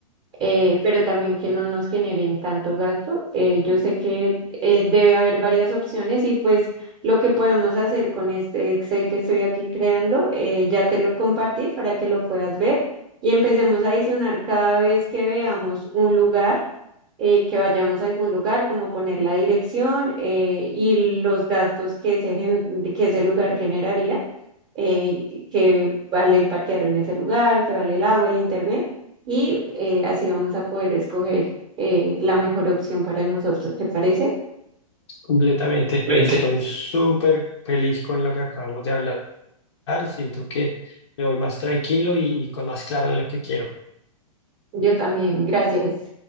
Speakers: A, on the right; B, on the left.
A: eh, pero también que no nos generen tanto gasto. Eh, yo sé que eh, debe haber varias opciones y pues lo que podemos hacer con este Excel que estoy aquí creando, eh, ya te lo compartí para que lo puedas ver y empecemos a adicionar cada vez que veamos un lugar. eh, que vayamos a algún lugar, como poner la dirección eh, y los gastos que ese, gen- que ese lugar generaría eh, que que vale el parquear en ese lugar, que vale el agua, el internet, y eh, así vamos a poder escoger eh, la mejor opción para nosotros, ¿te parece?
B: Completamente.
A: Ente-
B: Estoy súper feliz con lo que acabamos de hablar. Siento que me voy más tranquilo y, y con más claro de lo que quiero.
A: Yo también, gracias.